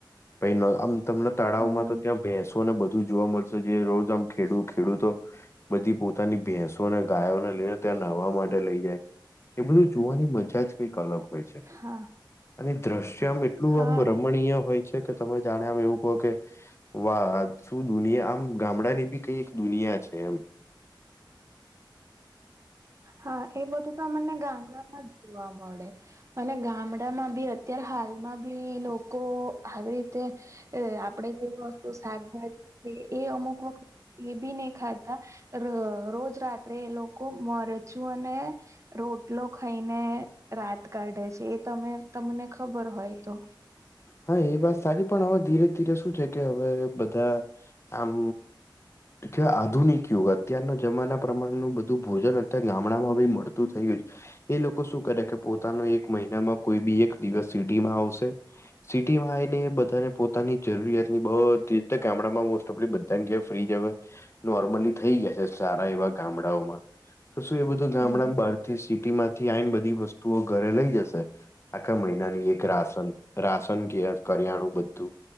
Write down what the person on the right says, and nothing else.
હમ
હા
હા
હા એ બધું તો અમને ગામડામાં જ જોવા મળે અને ગામડામાં બી અત્યારે હાલમાં બી લોકો આવી રીતે એ આપડે જેવી વસ્તુ શાકભાજી એ અમુક વખત એ બી નહી ખાતા રોજ રાત્રે એ લોકો મરેચું અને રોટલો ખાઈને રાત કાઢે છે એ તમે તમને ખબર હોય તો
હમ